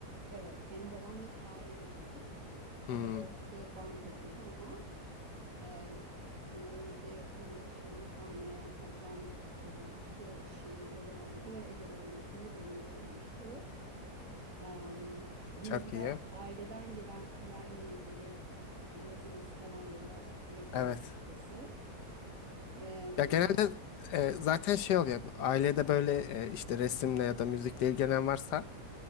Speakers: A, on the right; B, on the left.
A: Evet, benim babam da şairdi.
B: Hmm,
A: Daha doğrusu bankacıydı ama e, sanırım bir 15-20 tane ajanda dolusu şiirleri vardı ve Ege bölgesinde birinci olmuştu. Em, hani
B: çok
A: biraz
B: iyi.
A: aileden gelen kalemle ilgili yazımız falan da biraz kuvvetlidir
B: Evet.
A: açıkçası. Em,
B: Ya genelde e, zaten şey oluyor. Ailede böyle e, işte resimle ya da müzikle ilgilenen varsa